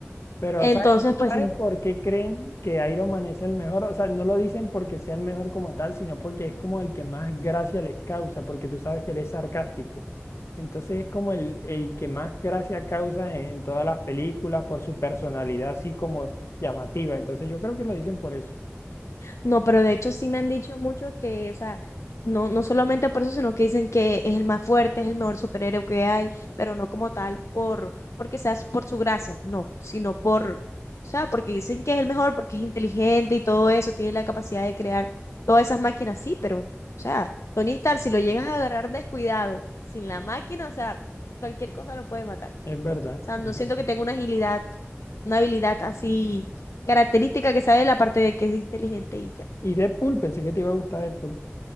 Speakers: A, on the left; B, on the left.
A: Pero
B: Entonces,
A: ¿sabes
B: pues
A: sabe
B: sí.
A: por qué creen que Iron Man es el mejor? O sea, no lo dicen porque sea el mejor como tal, sino porque es como el que más gracia les causa, porque tú sabes que él es sarcástico. Entonces es como el, el que más gracia causa en, en todas las películas por su personalidad así como llamativa. Entonces yo creo que lo dicen por eso.
B: No, pero de hecho sí me han dicho mucho que, o sea, no, no solamente por eso, sino que dicen que es el más fuerte, es el mejor superhéroe que hay, pero no como tal por, porque sea su- por su gracia, no, sino por, o sea, porque dicen que es el mejor, porque es inteligente y todo eso, tiene la capacidad de crear todas esas máquinas, sí, pero, o sea, Tony Stark, si lo llegas a agarrar descuidado, sin la máquina, o sea, cualquier cosa lo puede matar.
A: Es verdad,
B: O sea,
A: es
B: no siento
A: verdad.
B: que tenga una agilidad, una habilidad así característica que sabe la parte de que es inteligente y ya.
A: Y Deadpool, pensé que te iba a gustar Deadpool.